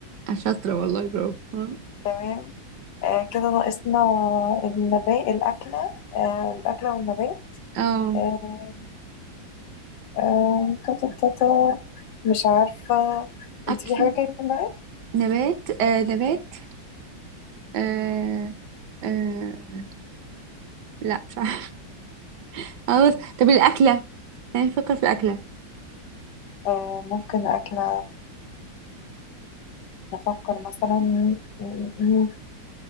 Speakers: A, on the right; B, on the left.
A: شاطرة والله برافو اه
B: تمام آه، كده ناقصنا النبات الأكلة آه، الأكلة والنبات
A: آه،
B: آه، آه، تاتا تاتا مش عارفة
A: أكل
B: انت في حاجة كده في دماغك؟
A: نبات آه نبات آه آه لا مش عارفة <laughs> خلاص طب الأكلة يعني نفكر في الأكلة
B: آه، ممكن أكلة نفكر مثلا م- م-